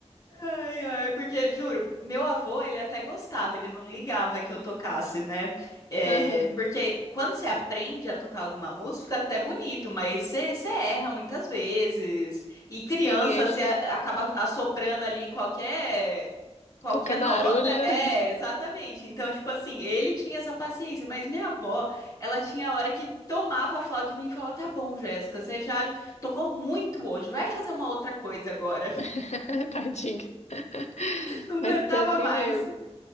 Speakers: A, on the left; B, on the left.
A: Ai, ai, porque, juro, meu avô, ele até gostava, ele não ligava que eu tocasse, né? É,
B: Aham.
A: porque quando você aprende a tocar alguma música, fica até bonito, mas você, você erra muitas vezes. E criança,
B: Sim, aí
A: você a- acaba assoprando ali qualquer, qualquer
B: qualquer
A: nota.
B: barulho,
A: É, exatamente. Então, tipo assim, ele tinha essa paciência, mas minha avó, ela tinha a hora que tomava a flauta de mim e falava, tá bom, Jéssica, você já tocou muito hoje, vai fazer uma outra coisa agora.
B: <laughs> tadinho. <laughs>
A: Não aguentava
B: Mas é assim
A: mais.
B: mesmo.